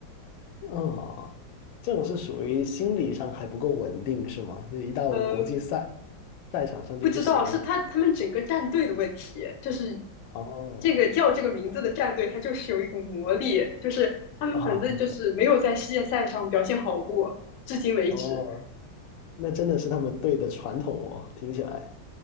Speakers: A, on the left; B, on the left.
A: 哦，这种是属于心理上还不够稳定是吗？一到国际赛
B: 嗯，
A: 赛场上就不行了。
B: 不知道是他他们整个战队的问题，就是
A: 哦，
B: 这个叫这个名字的战队，它就是有一股魔力，就是他们反正就是没有在世界赛上表现好过，
A: <laughs> 啊，
B: 至今为止。
A: 哦，那真的是他们队的传统哦，听起来。